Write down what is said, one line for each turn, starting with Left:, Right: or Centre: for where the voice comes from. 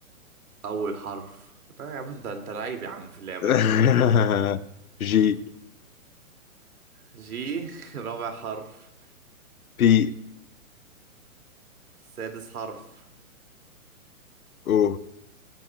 Right: اول حرف لا يا عم انت انت لعيب يا عم في اللعبة
Left: <laughs>
Right: دي
Left: جي
Right: جي <laughs> رابع حرف
Left: بي
Right: سادس حرف
Left: او